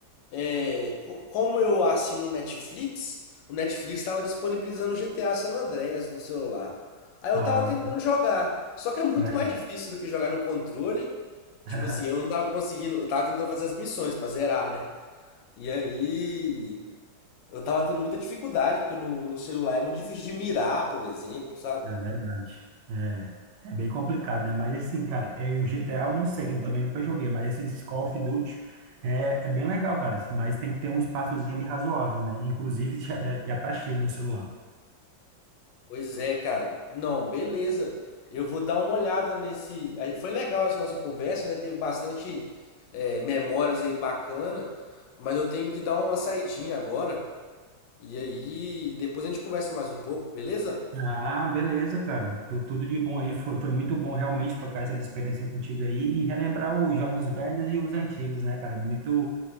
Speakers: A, on the left (about 80°); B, on the right (about 75°).
A: É, co- como eu assino Netflix, o Netflix estava disponibilizando GTA San Andreas no celular. Aí eu
B: Ah,
A: tava tentando jogar, só que é muito
B: legal.
A: mais difícil do que jogar no controle.
B: <laughs>
A: Tipo assim, eu não tava conseguindo, eu tava tentando fazer as missões pra zerar, né? E aí eu tava tendo muita dificuldade, porque no, no celular é muito difícil de mirar, por exemplo, sabe?
B: É verdade. É, é bem complicado, né? Mas assim, cara, é, o G GTA eu não sei, que eu também nunca joguei, mas assim, esse Call of Duty é, é bem legal, cara. Mas tem que ter um espaçozinho ali razoável, né? Inclusive, já, já tá cheio o meu celular.
A: Pois é, cara. Não, beleza. Eu vou dar uma olhada nesse. aí, Foi legal essa nossa conversa, né? Teve bastante é, memórias aí bacana, mas eu tenho que dar uma saidinha agora. E aí, depois a gente conversa mais um pouco, beleza?
B: Ah, beleza, cara. Tu- tudo de bom aí. Foi, foi muito bom realmente trocar essas experiências contigo aí e relembrar os jogos velhos e os antigos, né, cara? É Muito,